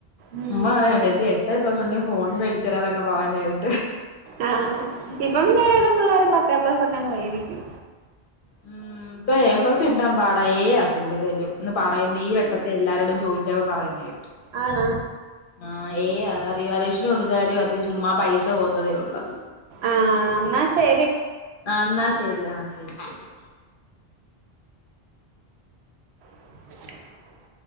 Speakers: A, on the right; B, on the left.
A: ഉം
B: ഉമ്മ അഏട്ടത്തി എട്ട് എ പ്ലസ്ഉണ്ടങ്കിൽ ഫോൺ മേടിച്ച തരാന്നൊക്കെ പറയുന്നേട്ട്
A: ആ ഇപ്പം പിന്നെ ഒരു വിതം പിള്ളേരും പത്ത് എപ്ലസ് അങ്ങ് വേടിക്കും
B: ഉം ഇപ്പൊ എ പ്ലസ് കിട്ടാൻ പാട എ ആണ് കൂടുതൽ എന്ന് പറയുന്ന ഈ വെട്ടത്തെ എല്ലാരോടും ചോദിച്ചവ പറയുന്നെ
A: ആണാ
B: ആ എ റിവാലേഷൻ കൊടുത്താലും അത് ചുമ്മാ പൈസ പോകത്തതെ ഉള്ളു
A: ആ എന്നാ ശ
B: ആ എന്നാ ശരി ആ ശരി ശരി
A: <unintelligible>